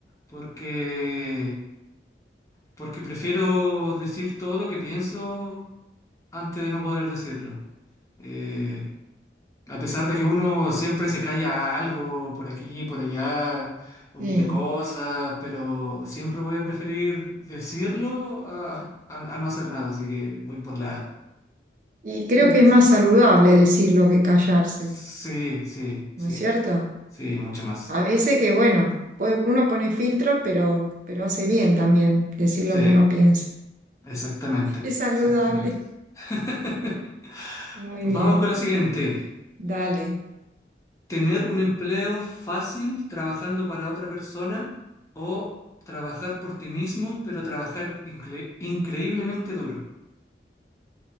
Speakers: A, on the left; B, on the right.
A: porque, porque prefiero decir todo lo que pienso antes de no poder decirlo. Eh, a pesar de que uno siempre se calla algo por aquí, por allá, omite
B: sí.
A: cosas, pero siempre voy a preferir decirlo a, a- a no hacer nada, así que voy por la
B: Y creo
A: A.
B: que es más saludable decirlo que callarse,
A: Sí, sí, sí,
B: ¿no es cierto?
A: sí, mucho más.
B: A veces que, bueno, pues uno pone filtros, pero, pero hace bien también decir lo
A: Sí,
B: que uno piensa.
A: exactamente,
B: Es saludable.
A: exactamente. <laughs>
B: <laughs> Muy
A: Vamos
B: bien,
A: con la siguiente.
B: dale.
A: ¿Tener un empleo fácil trabajando para otra persona o trabajar por ti mismo, pero trabajar incre- increíblemente duro?